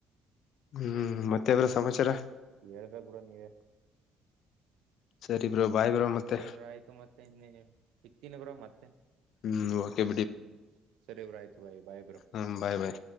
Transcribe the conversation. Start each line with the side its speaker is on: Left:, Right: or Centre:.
Left: ಹ್ಮ್ ಮತ್ತೆ ಬ್ರೋ ಸಮಾಚಾರ
Right: ಹೇಳ್ಬೇಕ್ ಬ್ರೋ ನೀವೇ
Left: ಸರಿ ಬ್ರೋ ಬಾಯ್ ಬ್ರೋ ಮತ್ತೆ
Right: ಸರಿೇ ಬ್ರೋ ಆಯ್ತು ಮತ್ತೆ ಇನ್ನ ಸಿಕ್ತೀನಿ ಬ್ರೋ ಮತ್ತೆ
Left: ಹ್ಮ್ ಓಕೆ
Right: ಹ್ಮ್ ಸರಿ ಬ್ರೋ ಆಯ್ತು ಬಾಯ್ ಬಾಯ್ ಬ್ರೋ.
Left: ಹಾ ಬಾಯ್ ಬಾಯ್